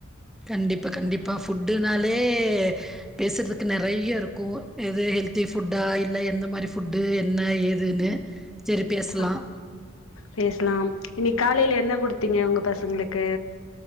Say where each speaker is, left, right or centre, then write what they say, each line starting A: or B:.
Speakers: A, in the centre; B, on the left.
A: கண்டிப்பா கண்டிப்பா ஃபுட்டுனாலே பேசுறதுக்கு நறையா இருக்கு எது ஹெல்தி ஃபுட்டா இல்ல எந்த மாரி ஃபுட்டு என்ன ஏதுன்னு சரி பேசலாம்.
B: ஆ பேசலாம் இன்னைக் காலையில என்ன குடுத்தீங்க உங்க பசங்களுக் கு